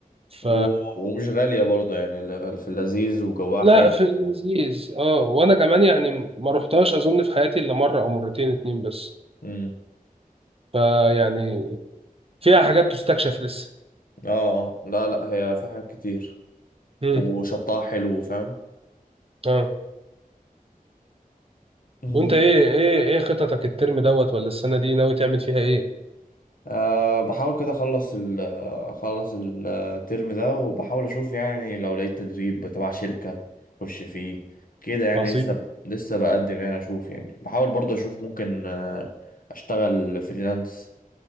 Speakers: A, on the right; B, on the left.
A: ف
B: و- ومش غالية برضه يعني ل- في اللذيذ وجواها
A: لا
B: حلو
A: في اللذيذ
B: و...
A: اه وانا كمان يعني ما رحتهاش اظن في حياتي الا مرة او مرتين اتنين بس
B: مم.
A: فيعني فيها حاجات تستكشف لسه
B: اه آه. لا لا هي في حاجات كتير
A: مم.
B: وشطها حلو فاهم
A: اه
B: مم.
A: وانت ايه ايه ايه خططك الترم دوت ولا السنه دي ناوي تعمل فيها ايه
B: أه بحاول كده اخلص ال اخلص الترم ده وبحاول اشوف يعني لو لقيت تدريب تبع شركة اخش فيه كده يعني
A: عظيم
B: لسه لسه بقدم يعني اشوف يعني بحاول برضه اشوف ممكن آه، اشتغل فريلانس